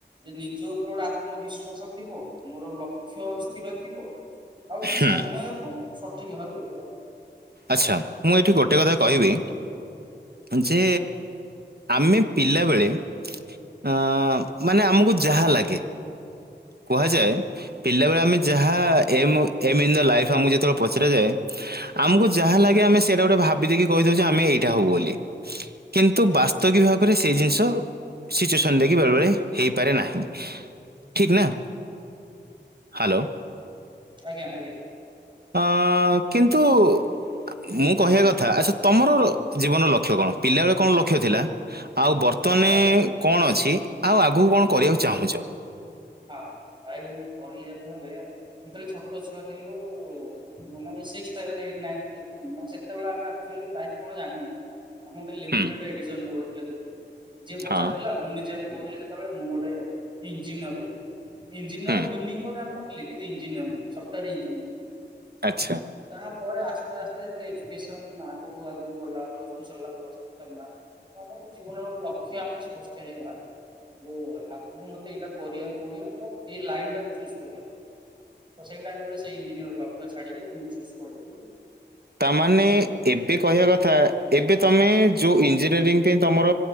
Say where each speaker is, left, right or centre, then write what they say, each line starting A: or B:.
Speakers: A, on the right; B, on the right.
A: ନିଜ ଉପରେ ଗୋଟେ ଆତ୍ମବିଶ୍ଵାସ ଥିବ ମୋର ଲକ୍ଷ୍ୟ ସ୍ଥିର ଥିବ ଆଉ ମୁଁ
B: ହୁଁ
A: ସମୟ କୁ ସଠିକ ଭାବରେ ବ୍ୟବହାର
B: ଆଚ୍ଛା ମୁଁ ଏଠି ଗୋଟିଏ କଥା କହିବି ଯେ ଆମେ ପିଲାବେଳେ ଆଁ ମାନେ ଆମକୁ ଯାହା ଲାଗେ କୁହାଯାଏ। ପିଲାବେଳେ ଆମେ ଯାହା aim aim in the life ଆମକୁ ଯେତେବେଳେ ପଚାରାଯାଏ। ଆମକୁ ଯାହା ଲାଗେ ଆମେ ସେଟା ଗୋଟେ ଭାବି ଦେଇକି କହିଦେଉ ଯେ ଆମେ ଏଇଟା ହଉ ବୋଲି। କିନ୍ତୁ ବାସ୍ତବି ଭାବରେ ସେଇ ଜିନିଷ ସିଚୁଏସନ ଦେଇକି ବେଳେ ବଳେ ହେଇପାରେ ନାହିଁ ଠିକ ନା। ହ୍ୟାଲୋ
A: ଆଜ୍ଞା ଆଜ୍ଞା।
B: ଓଁ କିନ୍ତୁ। ଆ ମୁଁ କହିବା କଥା ଆଚ୍ଛା ତମର ଜୀବନର ଲକ୍ଷ୍ୟ କଣ ପିଲାବେଳେ କଣ ଲକ୍ଷ୍ୟ ଥିଲା? ଆଉ ବର୍ତ୍ତମାନେ
A: ଭାଇ
B: କଣ ଅଛି ଆଉ ଆଗକୁ କଣ କରିବାକୁ ଚାହୁଁଛ?
A: ହଁ ଭାଇ କାଇଆକୁ ଗଲେ ଯେତେବଳେ ଛୋ ପଛୁଆ ଥିଲୁ ମନାବି ସି ସେଭେନ ଏଇଟ୍ ନାଇନ ଟେନ ମ ସେତେବେଳେ ଆମେ ଆକଚୁଆଲି ଲାଇଭ କଣ ଜାଣିନ ଆମେ ଗୋଟେ ଲିମିଟେଟ
B: ହୁଁ
A: ଏଡିସନ୍ <unintelligible> ଯିଏ ପଚାରଥିଲା
B: ହଁ
A: ମୁଁ ନିଜେ ବି କହୁଥିଲି ଜ ସେତେବେଳେ ମୁଁ ଗୋଟେ ଇଞ୍ଜିନିୟର ହୁଏ ଇଞ୍ଜିନିୟର
B: ହୁଁ
A: ର ମିନିଂ କ ଜାଣିଲନ ଲି କିନ୍ତୁ ଇଞ୍ଜିନିୟର ନୁଅ ସପ୍ଟୟ
B: ଆଚ୍ଛା।
A: ତାପରେ ଆସ୍ତେ ଆସ୍ତେ ଯେତେବେଳେ ଏଜୁକେସନ ଆଗକୁ ଆଗକୁ ଆଗକୁ ଗଲା ପ୍ଲସ୍ ଥ୍ରି ସଲା ପ୍ଲ ଟୁ ସଲା ତା ପରେ ଜୀବନ ଗୋଟେ ଲକ୍ଷ୍ୟ ଆମକୁ ସ୍ପଷ୍ଟ ହେଇଗଲା ଯେ ଆଗ ମତେ ଏଇଟା କରିଆକୁ <unintelligible> ଏଇ ଲାଇନ ଟାକୁ ଚୁଜ କଲେ ତ ସେଇ ଟାଇମ ରେ ସେଇ ଇଞ୍ଜିନିୟର ଲକ୍ଷ୍ୟ ଛାଡିକି ମୁଁ ଚୁଜ କରିଦେଲୁ।
B: ତା ମାନେ ଏବେ କହିବା କଥା ଏବେ ତମେ ଯୋଉ ଇଞ୍ଜିନିୟରିଂ ପାଇଁ ତମର